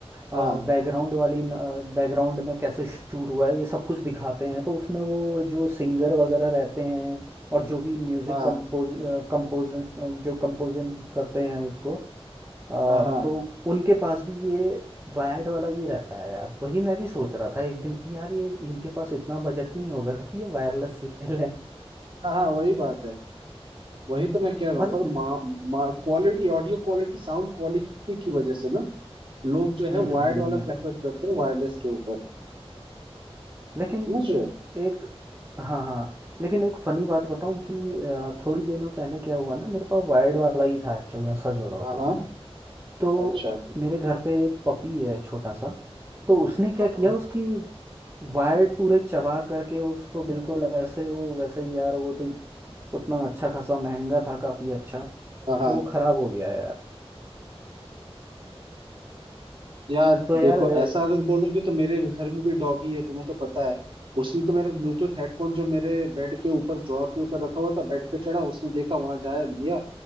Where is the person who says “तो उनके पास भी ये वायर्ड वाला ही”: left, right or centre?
Right